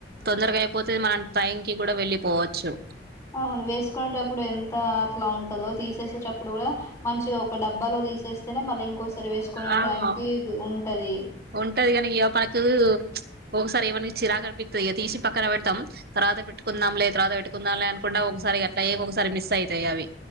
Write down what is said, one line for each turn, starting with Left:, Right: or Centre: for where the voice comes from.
Right: తొందరగా అయిపోతే మనన్ టైకి కూడా వెళ్ళిపోవచ్చు
Left: ఔను వేసుకునేటప్పుడు ఎంత అట్లా ఉంటదో తీస్ తేసేచప్పుడు కూడా మంచిగా ఒక డబ్బాలో తీసేస్తేనే మళ్ళ ఇంకోసరి వేసుకునే
Right: ఆ
Left: టైంకి గు ఉంటది
Right: ఉంటది గనీ ఇగ పత్తు చ్ ఓసారి ఏమన్ చిరాక్ అన్ పిస్తది ఇక తీసి పక్కన పెడాతమ్ తరాత వెట్టుకుందమ్ లే తరువత వేట్టుకుందామ్ లే అనుకుండా ఒక్ సారి అట్లాయ్ ఒక్ సారి మిస్ అయ్ తయి అవి